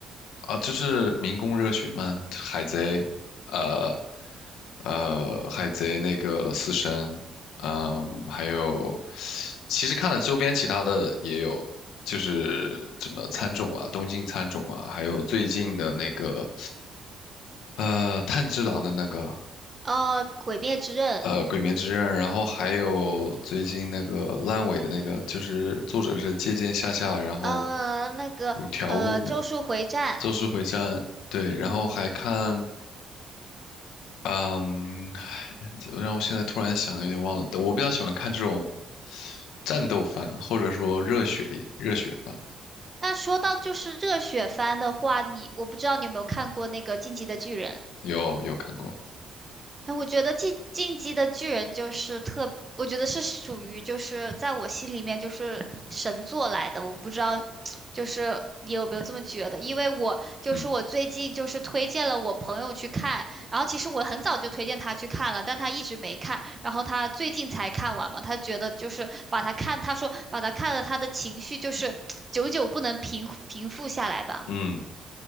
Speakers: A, on the left; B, on the right.
A: 啊，就是民工热血漫、海贼，呃，呃，海贼那个死神，嗯，还有，其实看了周边其他的也有，就是什么参种啊，东京参种啊，还有最近的那个，呃，炭治郎的那个，
B: 呃，《鬼灭之刃》
A: 呃，鬼灭之刃，然后还有最近那个烂尾的那个，就是作者是借鉴下下，然后
B: 呃，那个呃，
A: 五条悟那个
B: 《咒术回战》，
A: 咒术回战。对，然后还看
B: 嗯，
A: 嗯，让我现在突然想，有点忘了。我比较喜欢看这种战斗番，或者说热血热血番，
B: 那说到就是热血番的话，你我不知道你有没有看过那个《进击的巨人》。
A: 有有看过。
B: 哎，我觉得进《进击的巨人》就是特，我觉得是属于就是在我心里面就是神作来的。我不知道，就是你有没有这么觉得？因为我就是我最近就是推荐了我朋友去看，
A: 嗯
B: 然后其实我很早就推荐他去看了，但他一直没看，然后他最近才看完嘛。他觉得就是把他看，他说把他看了，他的情绪就是久久不能平平复下来吧。
A: 嗯，